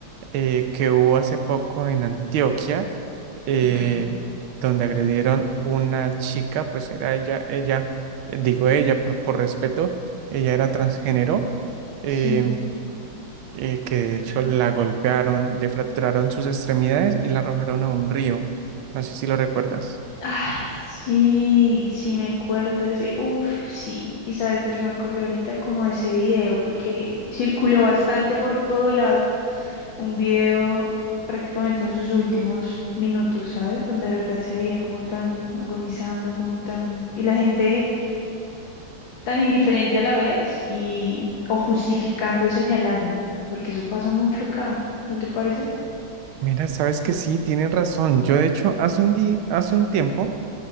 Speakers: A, on the right (about 75°); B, on the left (about 65°).
A: eh, que hubo hace poco en Antioquia, eh,
B: Ok.
A: donde agredieron una chica, pues era ella, ella, eh, digo ella por, por respeto, ella era transgénero. eh,
B: Sí.
A: eh, que de hecho la golpearon, le fracturaron sus extremidades y la arrojaron a un río. No sé si lo recuerdas.
B: Ay, sí, sí me acuerdo de ese. Uf, sí. Y sabes de qué me acordé ahorita, como de ese video, porque circuló bastante por todo lado. Un video prácticamente en sus últimos minutos, ¿sabes? Donde de verdad se veía como tan agonizando, como tan... Y la gente tan indiferente a la vez y... o justificando, señalando, porque eso pasa mucho acá, ¿no te parece?
A: Mira, sabes que sí, tienen razón. Yo de hecho hace un día, hace un tiempo